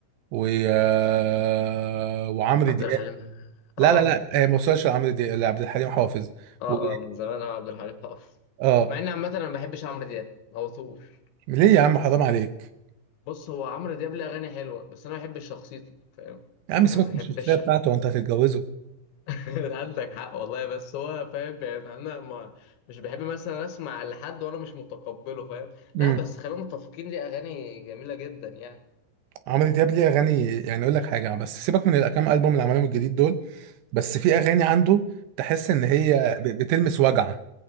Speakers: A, on the right; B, on the left.
A: و آه، وعمرو
B: عبد
A: دياب
B: الحليم
A: لا
B: اه
A: لا لا هي ما وصلش لعمرو دياب لعبد الحليم حافظ
B: اه
A: و...
B: اه من زمان اه عبد الحليم حافظ
A: اه
B: مع ان عامه انا ما بحبش عمرو دياب ما بطوش
A: ليه يا عم حرام عليك
B: بص هو عمرو دياب ليه اغاني حلوه بس انا ما بحبش شخصيته فاهم
A: يا عم
B: انا
A: سيبك
B: ما
A: من
B: بحبش
A: الشخصيه بتاعته وانت هتتجوزه
B: <laughs> عندك حق والله بس هو فاهم يعني انا ما مش بحب مثلا اسمع لحد وانا مش متقبله فاهم لا
A: امم
B: بس خلينا متفقين ليه اغاني جميله جدا يعني
A: عمرو دياب ليه اغاني يعني اقول لك حاجه بس سيبك من الكام البوم اللي عملهم الجديد دول بس في اغاني عنده تحس ان هي
B: القديمه
A: ب- بتلمس وجع